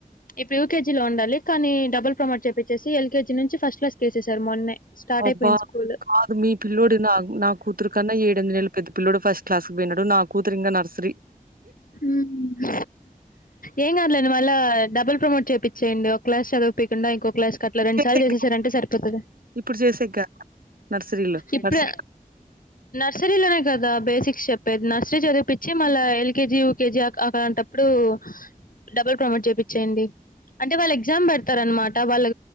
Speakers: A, on the left; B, on the right.
A: ఇప్పుడు యుకేజీ లో ఉండాలి కానీ డబుల్ ప్రమోట్ చెప్పేచ్చేసి ఎల్కేజీ నుంచి ఫస్ట్ క్లాస్ వేసేసారు మొన్నే స్టార్ట్
B: అబ్బా
A: అయిపోయింది స్కూల్
B: కాదు మీ పిల్లోడు నా నా కూతురు కన్నా ఏడు ఎనిమిది నెలల పెద్ద పిల్లడు ఫస్ట్ ఫస్ట్ క్లాస్ కి పోయినాడు నా కూతురు ఇంగా నర్సరీ
A: మ్మ్ ఏం కాదులేండి మళ్ళా డబ్బుల్ ప్రమోట్ చేయిచ్చేయండి ఓక క్లాస్ చదివిపోకుండా ఇంకో క్లాస్ కి అట్లా రెండు
B: చేసేకి
A: సార్లు చేసేసారంటే
B: కాదు.
A: సరిపోతుంది
B: ఇప్పుడు చేసేకి కాదు. నర్సరీలో.
A: ఇప్పుల
B: నర్సరీ
A: నర్సు నర్సరీలోనే కదా బేసిక్స్ చెప్పేది నర్సరీ చదివిపించి మళ్ళా ఎల్ ఎల్ కేజీ యూకేజీ అలాంటప్పుడు డబ్బుల్ ప్రమోట్ చేపిచ్చేయండి అంటే వాళ్ళు ఎగ్జామ్ పెడతారు అనమా టా వాళ్ళు